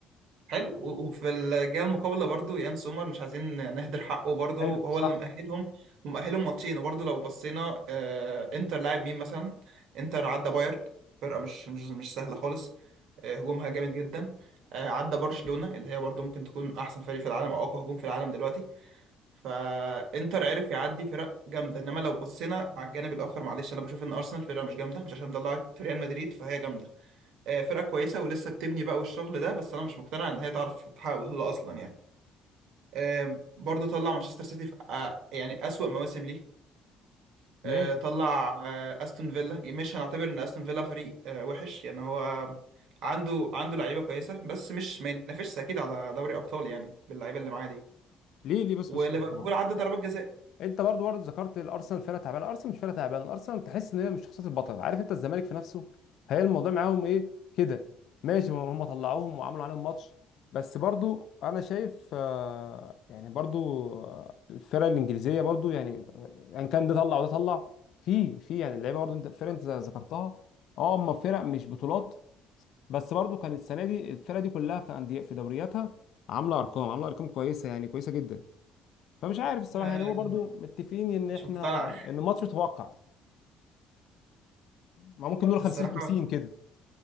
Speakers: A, on the right; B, on the left.
A: حلو و- وفي الجهه المقابله برضو يان سومر مش عايزين نهدر حقه برضو
B: حلو
A: هو
B: صح
A: اللي مأهلهم ومأهلهم ماتشين وبرضو لو بصينا آه، انتر لاعب مين مثلا انتر عدى بايرن فرقه مش مش مش سهله خالص آه، هجومها جامد جدا آه، عدى برشلونه اللي هي برضو ممكن تكون احسن فريق في العالم او اقوى هجوم في العالم دلوقتي فانتر عرف يعدي فرق جامده انما لو بصينا على الجانب الاخر معلش انا بشوف ان ارسنال فرقه مش جامده مش عشان طلعت ريال مدريد فهي جامده آه، فرقة كويسة ولسه بتبني بقى والشغل ده بس أنا مش مقتنع إن هي تعرف تحقق بطولة أصلا يعني آه، برضه طلع مانشستر سيتي في آه، يعني أسوأ مواسم ليه
B: ماشي
A: آه، طلع آه، أستون فيلا مش هنعتبر إن أستون فيلا فريق آه، وحش يعني هو عنده عنده لعيبة كويسة بس مش ما ينافسش أكيد على دوري أبطال يعني باللعيبة اللي معاه دي
B: ليه ليه بس
A: وليفربول
B: بالصراحه برضه
A: عدى ضربات جزاء
B: انت برضو برضو ذكرت الارسنال فرقه تعبانه الارسنال مش فرقه تعبانه الارسنال تحس ان هي مش شخصيه البطل عارف انت الزمالك في نفسه هي الموضوع معاهم ايه كده ماشي هم هم طلعوهم وعملوا عليهم ماتش بس برضو انا شايف آه، يعني برضو آه، الفرق الانجليزيه برضو يعني آه، ان كان ده طلع وده طلع في في يعني اللعيبه برضو انت الفرق انت ذكرتها اه هم فرق مش بطولات بس برضو كانت السنه دي الفرق دي كلها في انديه في دورياتها عامله ارقام عامله ارقام كويسه يعني كويسه جدا فمش عارف الصراحه
A: آه،
B: يعني هو برضو متفقين ان
A: مش
B: احنا
A: مقتنع
B: ان الماتش متوقع ما ممكن نقول 50
A: <laughs> الصراحة
B: 50 كده